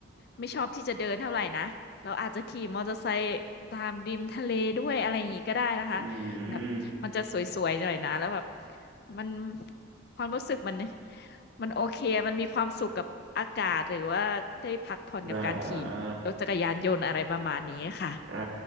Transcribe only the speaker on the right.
อืม
อ่าอ่าอ่า